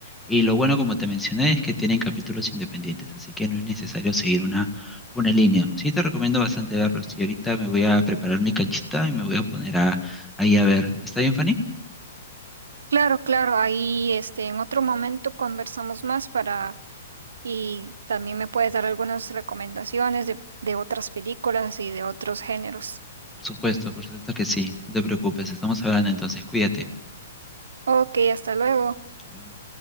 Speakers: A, in the centre; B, on the right (about 85°).
A: y lo bueno, como te mencioné, es que tienen capítulos independientes, así que no es necesario seguir una, una línea. Sí te recomiendo bastante verlos y ahorita me voy a preparar mi canchita y me voy a poner a, ahí a ver. ¿Está bien, Fanny?
B: Claro, claro, ahí este, en otro momento conversamos más para y también me puedes dar algunas recomendaciones de, de otras películas y de otros géneros.
A: Por supuesto, por supuesto que sí. No te preocupes, estamos hablando entonces, cuídate.
B: Ok, hasta luego.
A: Hasta luego.